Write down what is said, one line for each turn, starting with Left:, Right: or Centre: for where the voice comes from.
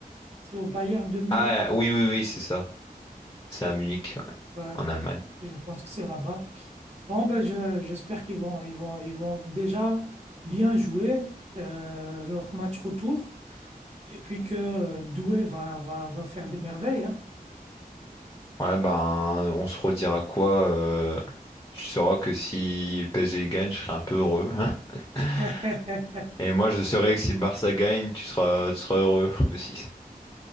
Right: C'est au Bayern de Munich.
Left: Ah oui, oui, oui, c'est ça. C'est à Munich, ouais,
Right: Ouais,
Left: en Allemagne.
Right: je je pense que c'est là-bas. Bon, ben je- j'espère qu'ils vont, ils vont, ils vont déjà bien jouer euh, leur match retour et puis que euh, Doué va, va, va faire des merveilles. hein.
Left: Ouais, ben, on se redira quoi? euh, Tu sauras que si le PSG gagne, je serai un peu heureux. hein. <laughs>
Right: <laughs>
Left: Et moi, je saurai que si le Barça gagne, tu seras, tu seras heureux aussi.